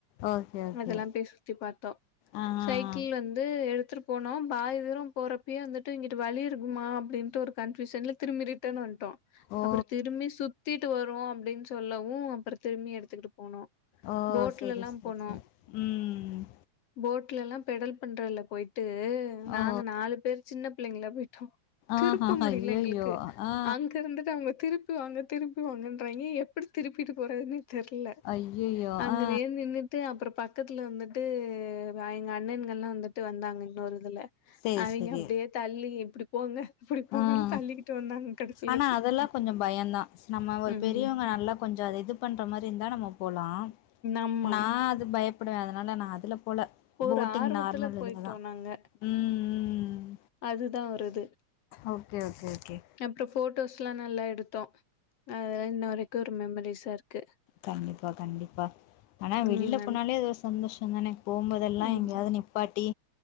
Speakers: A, on the left (about 90°); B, on the left (about 55°).
A: ஓகே ஓகே
B: அதெல்லா போய் சுத்தி பாத்தோ
A: ஆ ஆ
B: சைக்கிள்
A: ஆ
B: வந்து எடுத்துட்டு போனோ பாதி தூரோ போற ப்பயே வந்துட்டு இங்கிட்டு வழி இருக்குமா அப்டின்ட்டு ஒரு கன்ஃப்யூஷன்ல திரும்பி ரிட்டன் வந்ட்டோ
A: ஓ
B: அப்பற திரும்பி சுத்திட்டு வருவோ அப்டின்னு சொல்லவு அப்புற திரும்பியு எடுத்துக்கிட்டு போனோ
A: ஓ
B: போட்லலா
A: சேரி சேரி
B: போனோ
A: சேரி ம்
B: போட்ல எல்லா பெடல் பண்றதுல போயிட்டு நாங்க
A: ஓ
B: நாலு பேர் சின்ன பிள்ளைங்களா போயிட்டோ திருப்ப
A: ஆஹா
B: முடியல
A: ஐயையோ
B: எங்களுக்கு
A: ஆ ஆ
B: அங்க இருந்துட்டு அவங்க திருப் க்கு அங்க திருப்பி வாங்கன்றாங்க எப்படி திருப்பிட்டு போறதுன்னே தெர்ல
A: ஐயையோ
B: அங்கனே
A: ஆ
B: நின்னுட்டு அப்பறோ பக்க பக்கத்துல வந்துட்டு வ எங்க அண்ணன்கள்லா வந்துட்டு வந்தாங்க இன்னொரு இதுல
A: சேரி
B: அவைங்க
A: சேரி
B: அப்டியே தள்ளி இப்டி போங்க இப்டி போங்கன்னு
A: ஆ
B: தள்ளிட்டு வந்தாங்க கடைசி
A: ஆனா அதெல்லா கொஞ்சோ பயந்தா நம்ம ஒரு
B: ம்
A: பெரியவங்க நல்லா கொஞ்சோ அத இது பண்ற மாரி இருந்தா நம்ம போலா
B: ஆமா
A: நா அது பயப்படுவ அதனால நா அதுல போல
B: ஒரு
A: போட்டிங்
B: ஆர்வத்துல
A: நார்மல்
B: போயிட்டோ
A: இதுலதா
B: நாங்க
A: ம் ம் ம்
B: அதுதா ஒரு இது
A: ஓகே ஓகே ஓகே
B: அப்றோ ஃபட்டோஸ்லா நல்லா எடுத்தோ அதெல்லா இன்ன வரைக்கோ ஒரு மெமரிஸா இருக்கு
A: கண்டிப்பா கண்டிப்பா ஆனா
B: ம்
A: வெளியில
B: நன்
A: போனாலே ஏதோ சந்தோஷோந் தானே போம்போதெல்லா
B: ம்
A: எங்கயாது நிப் பாட்டி